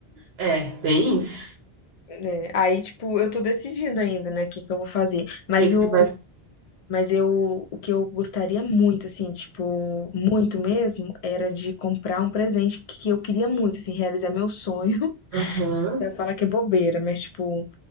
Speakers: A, on the right; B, on the left.
A: É, bem isso.
B: Né? Aí, tipo, eu tô decidindo ainda, né, o que que eu vou fazer. Mas
A: O que que
B: o,
A: tu vai
B: mas eu, o que eu gostaria muito, assim, tipo, muito mesmo, era de comprar um presente que eu queria muito, assim, realizar meu sonho. <laughs>
A: Aham.
B: Pra falar que é bobeira, mas, tipo,